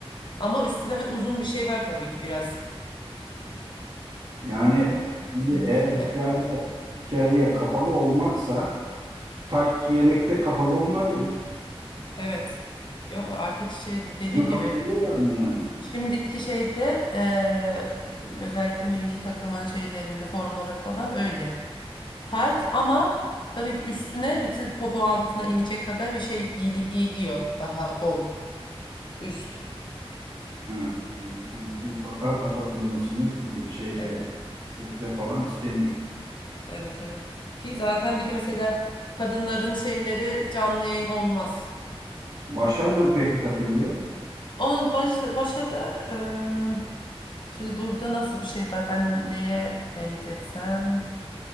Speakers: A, on the left; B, on the right.
A: Ama üstüne uzun bir şey var tabii ki biraz.
B: Yani
A: Yani çok
B: şimdi
A: uzun
B: eğer
A: değil
B: hikaye
A: de.
B: hikaye kapalı olmaksa tayt giyerek de kapalı olunabilir.
A: Evet. Yok artık şey dediğim
B: Bunu kabul
A: gibi
B: ediyorlar mı yani?
A: Şimdiki şeyde eee, özellikle milli takımın şeylerinde formaları falan öyle. Tight ama tabii ki üstüne bir tık popo altına inecek kadar bir şey giyili- giyiliyor daha bol üst.
B: Ha, yani e, mutlaka kapatılmasını bir şeyde
A: Evet,
B: de falan isteniyor.
A: evet, evet. Ki zaten bir de mesela kadınların şeyleri canlı yayın olmaz.
B: Başa ne peki takılıyor?
A: Onun baş, başa da ım, şimdi burada nasıl bir şey var? Ben neye benzetsem?